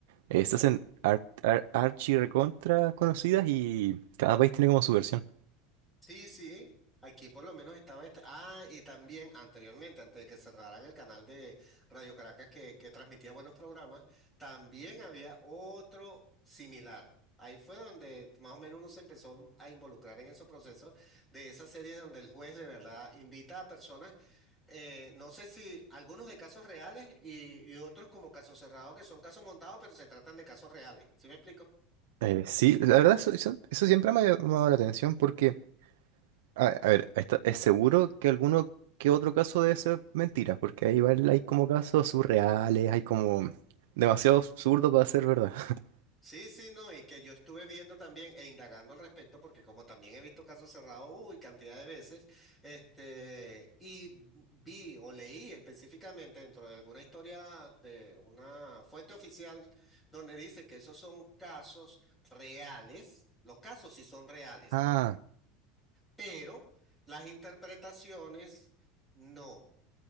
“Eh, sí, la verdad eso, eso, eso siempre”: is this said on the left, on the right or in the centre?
Right